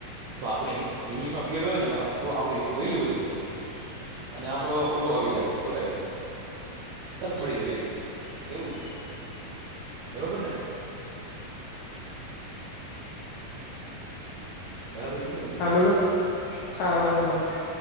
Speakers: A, on the right; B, on the left.
A: તો આપણે ઈંગ્લિશમાં બીએડ હોય ને, તો આપણે વેલ્યુઅબલ છે. અને આપડો ઓલું આવી જાય, શું કેવાય. મળી જાય વેલી એવું છે, બરોબર ને. બરાબર કીધું ને. કીધું
B: હા, બોલો.
A: ઈ
B: હા, બરોબર.